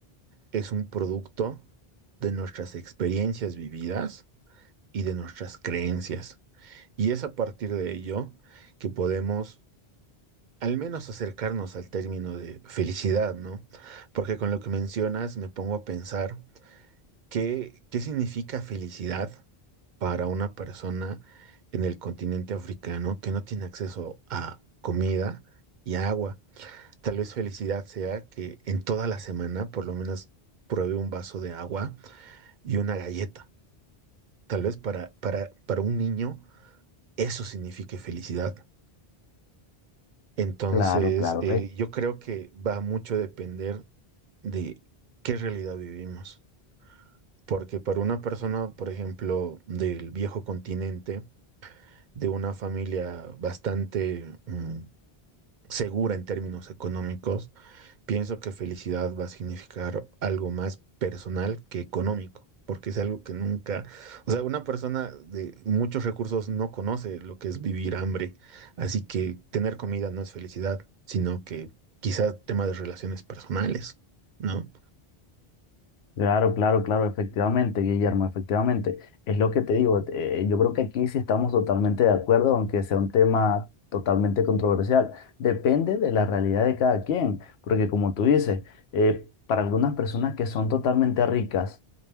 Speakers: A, on the right; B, on the left.
A: es un producto de nuestras experiencias vividas y de nuestras creencias. Y es a partir de ello que podemos al menos acercarnos al término de felicidad, ¿no? Porque con lo que mencionas me pongo a pensar qué, qué significa felicidad para una persona en el continente africano que no tiene acceso a comida y agua. Tal vez felicidad sea que en toda la semana por lo menos pruebe un vaso de agua y una galleta. Tal vez para, para, para un niño eso signifique felicidad. Entonces,
B: Claro, claro.
A: eh, yo creo que va mucho a depender de qué realidad vivimos. Porque para una persona, por ejemplo, del viejo continente, de una familia bastante mm, segura en términos económicos, Pienso que felicidad va a significar algo más personal que económico, porque es algo que nunca, o sea, una persona de muchos recursos no conoce lo que es vivir hambre, así que tener comida no es felicidad, sino que quizás tema de relaciones personales, ¿no?
B: Claro, claro, claro, efectivamente, Guillermo, efectivamente. Es lo que te digo, eh, yo creo que aquí sí estamos totalmente de acuerdo, aunque sea un tema totalmente controversial. Depende de la realidad de cada quien, porque como tú dices, eh, para algunas personas que son totalmente ricas,